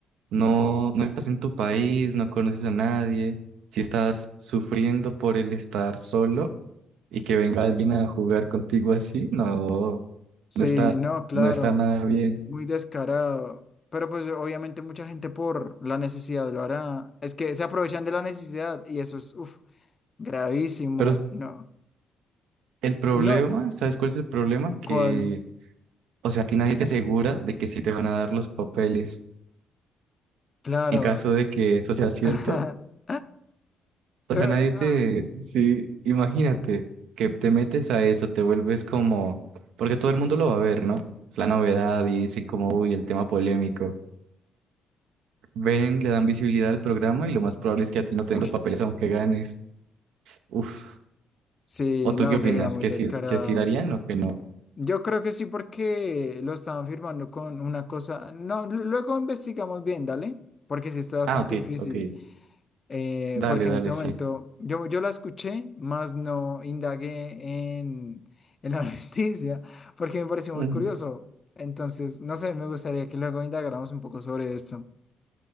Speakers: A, on the right; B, on the left.
A: no, no estás en tu país, no conoces a nadie, si estás sufriendo por el estar solo. y que venga alguien a jugar contigo así, no,
B: sí,
A: no está,
B: no, claro,
A: no está nada bien.
B: muy descarado. Pero pues obviamente mucha gente por la necesidad lo hará. Es que se aprovechan de la necesidad y eso es, uf, gravísimo,
A: Pero s-
B: no.
A: el problema,
B: No,
A: ¿sabes cuál es el problema? Que,
B: ¿Cuál?
A: o sea, a ti nadie te asegura de que sí te van a dar los papeles.
B: Claro.
A: En caso de que eso sea cierto,
B: <laughs>
A: o
B: Te-
A: sea, nadie te,
B: ah,
A: sí, imagínate que te metes a eso, te vuelves como, porque todo el mundo lo va a ver, ¿no? Es la novedad y dicen como, uy, el tema polémico. Ven, le dan visibilidad al programa y lo más probable es que a ti no te
B: uy,
A: den los papeles aunque ganes. Uf.
B: sí,
A: ¿O tú
B: no,
A: qué opinas?
B: sería muy
A: ¿Que
B: descarado.
A: sí, que sí darían o que no?
B: Yo creo que sí, porque lo estaban firmando con una cosa. No, lu- luego investigamos bien, dale, porque sí está bastante
A: Ah, ok,
B: difícil.
A: ok.
B: eh,
A: Dale,
B: porque
A: dale,
B: en ese momento
A: sí.
B: yo, yo la escuché, más no indagué en, en la <laughs> noticia, porque me pareció
A: Mm.
B: muy curioso. Entonces, no sé, me gustaría que luego indagáramos un poco sobre esto.